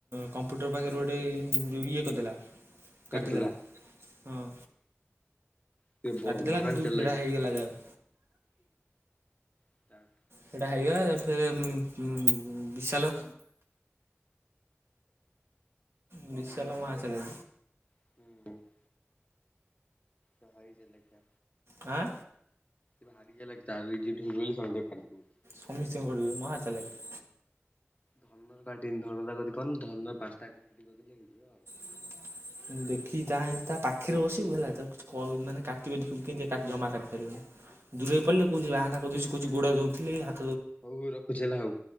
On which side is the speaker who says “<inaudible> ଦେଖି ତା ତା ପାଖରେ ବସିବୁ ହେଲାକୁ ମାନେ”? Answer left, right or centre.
Right